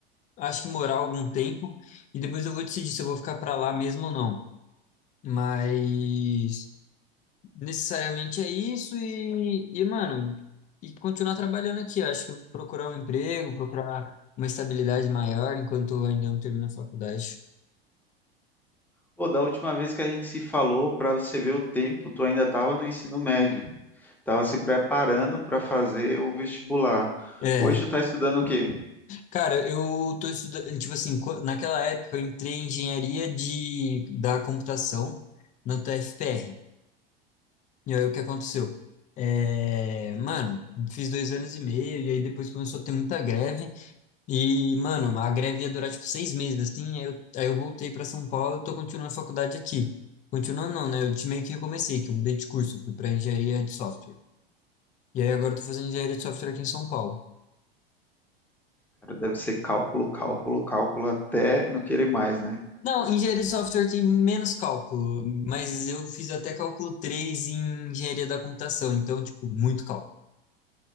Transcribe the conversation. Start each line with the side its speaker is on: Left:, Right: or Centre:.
Left: acho que morar algum tempo e depois eu vou decidir se eu vou ficar para lá mesmo ou não. Mas necessariamente é isso e, e mano, e continuar trabalhando aqui. Eu Acho que eu procurar um emprego, procurar uma estabilidade maior enquanto eu ainda não termino a faculdade.
Centre: Pô, da última vez que a gente se falou, para você ver o tempo, tu ainda estava no ensino médio. Estava se preparando para fazer o vestibular.
Left: É,
Centre: Hoje tu está estudando o quê?
Left: cara, eu tô estudando, tipo assim, co- naquela época eu entrei em engenharia de, da computação na UTFPR. E aí o que aconteceu? É, mano, fiz dois anos e meio, e aí depois começou a ter muita greve, e, mano, a greve ia durar tipo seis meses, assim, aí eu, aí eu voltei para São Paulo e tô continuando a faculdade aqui. Continuando não, né? Eu te- meio que recomecei, que eu mudei de curso, fui para engenharia de software. E aí agora eu tô fazendo engenharia de software aqui em São Paulo.
Centre: Cara, deve ser cálculo, cálculo, cálculo, até não querer mais, né?
Left: Não, engenharia de software tem menos cálculo, mas eu fiz até cálculo 3 em engenharia da computação, então, tipo, muito cálculo.